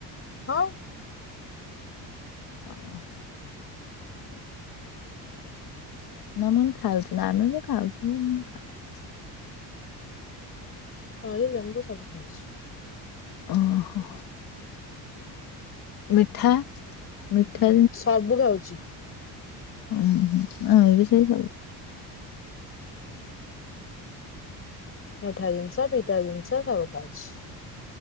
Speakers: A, on the left; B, on the left.
A: ହଁ
B: ଓ ହ
A: ଉଁ
B: ନମନ ଖାଉଥିଲା ଆମେ ବି ଖାଉଛୁନ ଖାଉଛୁ।
A: <inaudible> ଲେମ୍ବୁ ଆବୁ ଖାଉଛି
B: ଓ ହୋ ମିଠା ମିଠା
A: ସବୁ ଖାଉଛି।
B: ହଁ ହ ଆମେ ବି ସେ ସବୁ।
A: ମିଠା ଜିନିଷ ପିଠା ଜିନିଷ ସବୁ ଖାଉଛି।